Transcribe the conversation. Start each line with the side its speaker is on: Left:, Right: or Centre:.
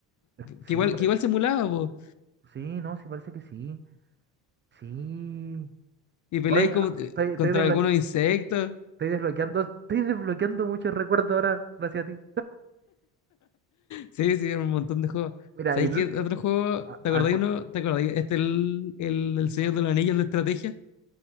Right: Eh,
Left: Que
Right: Sí,
Left: igual,
Right: pare-
Left: que igual simulaba, po.
Right: sí, no, sí, parece que sí. Sí.
Left: Y peleáis
Right: Oye,
Left: como,
Right: ah,
Left: eh,
Right: estoy, estoy,
Left: contra
Right: desblo-
Left: algunos insectos.
Right: estoy desbloqueando, estoy desbloqueando muchos recuerdos ahora gracias a ti.
Left: Sí, sí, era un montón de juegos.
Right: Mira,
Left: ¿Sabéis
Right: y el
Left: qué
Right: ul-
Left: otro juego?
Right: a-
Left: ¿Te
Right: a
Left: acordáis
Right: ver cuál-
Left: uno? ¿Te acordáis? Este el, el, el Señor de los Anillos de estrategia.